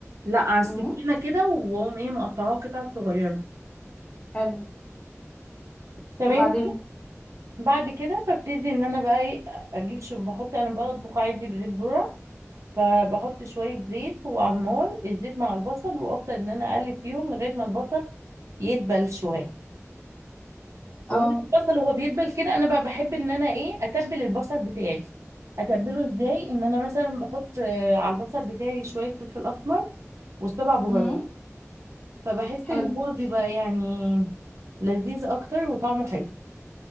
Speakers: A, on the right; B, on the left.
A: لا على السكينه
B: امم
A: كده واقوم ايه مقطعاها قطع صغيره
B: حلو
A: تمام
B: وبعدين
A: بعد كده ببتدي ان انا بقى ايه اجيب شو بحط انا بطبخ عادي بزيت ذره فبحط شويه زيت وعلى النار الزيت مع البصل وافضل ان انا اقلب فيهم لغايه ما البصل يدبل شويه ومع
B: اه
A: البصل وهو بيدبل كده انا بقى بحب ان انا ايه اتبل البصل بتاعي اتبله ازاي ان انا مثلا بحط آه، على البصل بتاعي شويه فلفل اسمر وسبع بهارات
B: امم
A: فبحس
B: حلو
A: ان هو بيبقى يعني لذيذ اكتر وطعمه حلو